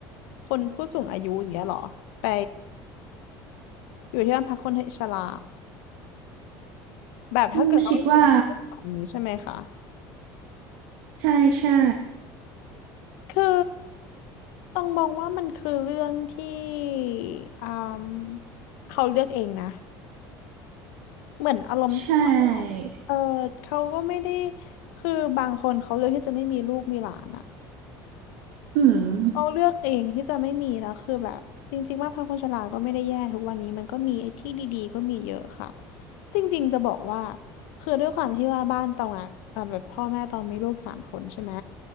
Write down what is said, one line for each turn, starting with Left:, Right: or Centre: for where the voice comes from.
Left: คนผู้สูงอายุอย่างเงี้ยเหรอ ไปอยู่ที่บ้านพักคนชราแบบถ้าเกิดเขาไปเป็นแบบนี้ใช่ไหมคะ
Right: อืมคิดว่าใช่ใช่
Left: คือต้องมองว่ามันคือเรื่องที่อืมเขาเลือกเองนะเหมือนอารมณ์ที่ว่า
Right: ใช่
Left: เออเขาก็ไม่ได้คือบางคนเขาเลือกที่จะไม่มีลูกมีหลานอ่ะ
Right: อืม
Left: เขาเลือกเองที่จะไม่มีแล้วคือแบบจริงๆว่าพรรคคนชราก็ไม่ได้แย่ทุกวันนี้มันก็มีไอ้ที่ดีๆก็มีเยอะค่ะจริงๆจะบอกว่าคือด้วยความที่ว่าบ้านตองอ่ะเอ่อแบบพ่อแม่ตองมีลูกสามคนใช่ไหม